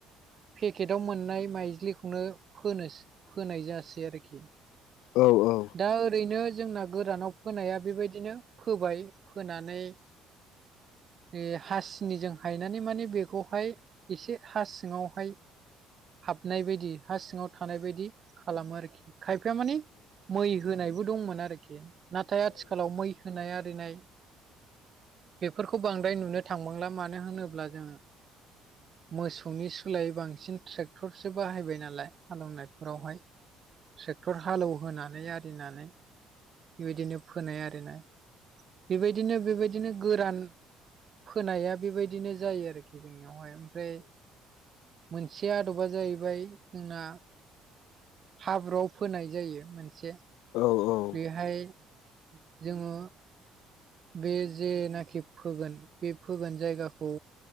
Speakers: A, on the right; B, on the left.
A: पेकेटाव मोननाय माइज्लिखौनो फोनो फोनाय जासै आरखि।
B: औ औ।
A: दा ओरैनो जोंना गोरानाव फोनाया बेबायदिनो फोबाय। फोनानै हास सिनिजों हायनानै माने बेखौहाय एसे हा सिङावहाय हाबनाय बायदि हा सिङाव थानाय बायदि खालामो आरोखि। खायफाया मानि मै होनायबो दंमोन आरोखि। नाथाय आथिखालाव मै होनाय आरिनाय बेफोरखौ बांद्राय नुनो थांबांला। मानो होनोब्ला जों मोसौनि सोलायै बांसिन ट्रेक्टरसो बाहायबाय नालाय हालेवनाय। फोरावहाय ट्रेक्टर हालेवहोनानै आरिनानै। बेबायदिनो फोनाय आरोना बेबायदिनो बेबायदिनो गोरान फोनाया बेबायदिनो जायो आरोखि जोंनियावहाय ओमफ्राय मोनसे आदबा जाहैबाय जोंना हाब्रुआव फोनाय जायो मोनसे
B: औ औ
A: बेहाय जोङो बे जेनाखि फोगोन बे फोगोन जायगाखौ